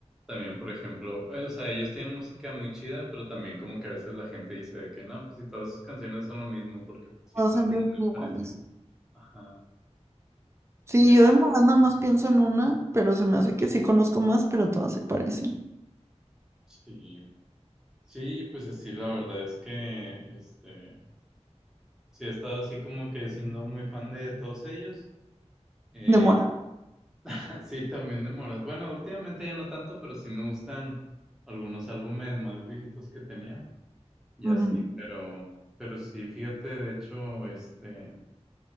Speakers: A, in the centre; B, on the right (about 25°).
A: También, por ejemplo, eh, o sea, ellos tienen música muy chida, pero también como que a veces la gente dice de que no, pues si todas sus canciones son lo mismo, porque pues sí,
B: Todas
A: suenan
B: empiezan
A: muy
B: iguales.
A: parecidos. Ajá,
B: Sí,
A: ya.
B: yo de Morat nada más pienso en una, pero se me hace que sí conozco más, pero todas se parecen.
A: Sí, sí, pues así la verdad es que, este, sí he estado así como que siendo muy fan de todos ellos. Eh,
B: De Morat.
A: <laughs> sí, también de Morat. Bueno, últimamente ya no tanto, pero sí me gustan algunos álbumes más viejitos que tenía. y
B: mm,
A: así, pero, pero sí, fíjate, de hecho, este,